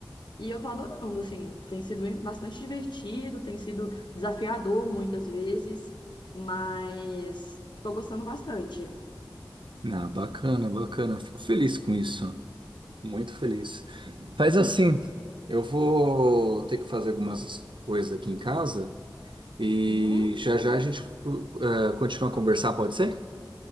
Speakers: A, on the left; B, on the right.
A: e eu tô adorando, assim, tem sido bastante divertido, tem sido desafiador muitas vezes, mas tô gostando bastante.
B: Ah, bacana, bacana. Fico feliz com isso. Muito feliz. Faz assim, eu vou ter que fazer algumas coisas aqui em casa e
A: Uhum,
B: já já a gente uh, continua a conversar, pode ser?